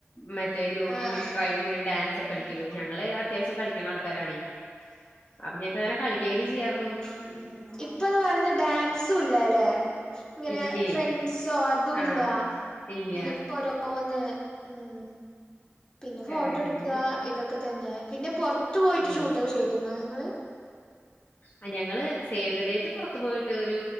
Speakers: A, on the left (about 45°); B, on the left (about 20°).
A: മറ്റേ ഗ്രൂമും
B: ആഹ്
A: ബ്രഡും കൂടി ഡാൻസ് ഒക്കെ
B: ഉം
A: കളിക്കൂലോ ഞങ്ങള് അത്യാവശ്യം കളി <unintelligible> <unintelligible> കളിക്കേലും ചെയ്‌യായിരുന്നു
B: മ് ഇപ്പൊന്ന് പറഞ്ഞ ഡാൻസും ഇല്ലാലേ ഇങ്ങനെ
A: ഇല്ലേ
B: ഫ്രണ്ട്സൊ അതുല്യ
A: ആ ഇല്ല
B: ഇപ്പോ ഓരോന്ന് മ് പിന്നെ ഫോട്ടോട്ക്കാ
A: അങ്ങനെ
B: ഇതൊക്കെ തന്നെ പിന്നെ പോർ ത്ത് പോയിട്ട്
A: ആ
B: ഷൂട്ടൊക്കെ ചെയ്തിരുന്നോ നിങ്ങള്
A: ആ ഞങ്ങള് സേവിദ് ഡേറ്റെ പുറത്തു പോയിട്ട് ഒരു